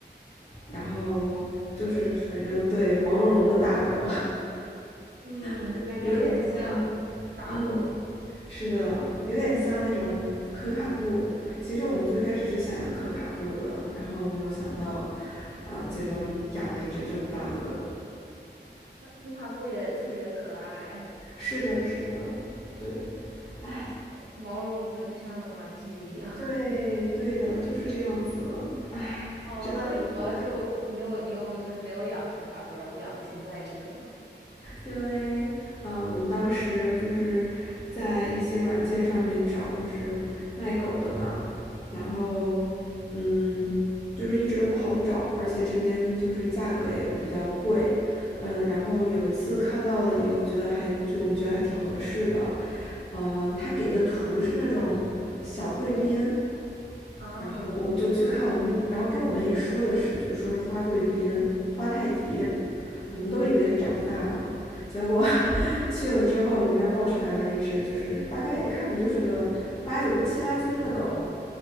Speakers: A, on the left; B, on the right.
A: 然后就是反正对毛茸茸的大狗，
B: 对，嗯，
A: <laughs>
B: 这边真的很少养大狗，
A: 有点像，嗯，是的，有点像那种可卡布。其实我们最开始是想养可卡布的，然后没有想到，呃，最终养了一只这么大的狗。
B: 那可卡布也特别可爱。
A: 是的，是的，对，哎。
B: 哇塞，毛茸茸的，就像个玩具一样。
A: 对，
B: <laughs>
A: 对的，就是这样子。唉，
B: 哦，
A: 真的很可爱。
B: 那为什么就你有你有就是没有养可卡布，然后养了现在这个呢？
A: 因为，呃，我们当时就是在一些软件上面找，就是卖狗的嘛。然后，嗯，就是一直都不好找，而且这边就是价格也比较贵。嗯，然后有一次看到了一个，我觉得还就我们觉得还挺合适的。嗯、他给的图是那种小贵宾，
B: 啊，
A: 然后我们就去看，我们然后跟我们也说的是，就是说是花贵宾、花泰迪，我们都以为它长不大呢，结果 <laughs> 去了之后，人家抱出来了一只，就是大概也看着就是个八九七八斤的狗。